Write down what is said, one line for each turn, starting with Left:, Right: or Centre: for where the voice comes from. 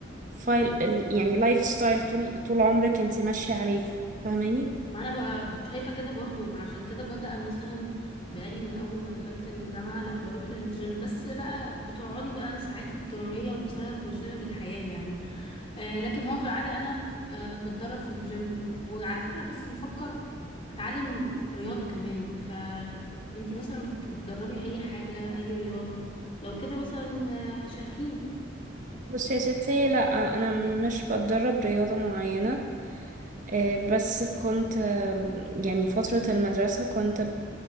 Right: فايل ال- يعني لايف ستايل طول طول عمرك أنت ماشية عليه فاهماني
Left: ما انا بقى شايفه كده برضو ما عشان كده بدأ مثلا بقالي من اول ما دخلت الجامعه لا بروح للجيم بس بقى بتقعدي بقى ساعات اضطراريه بسبب مشاغل الحياه يعني آه لكن هو في العاده انا آه بتدرب في الجيم وعلى فكره بس بفكر اتعلم رياضه كمان فانتي مثلا بتتدربي اي حاجه اي رياضه لو كده مثلا آه، شاركيني
Right: بصي يا ستي لأ أنا مش بتدرب رياضة معينة آه، بس كنت آه، يعني فترة المدرسة كنت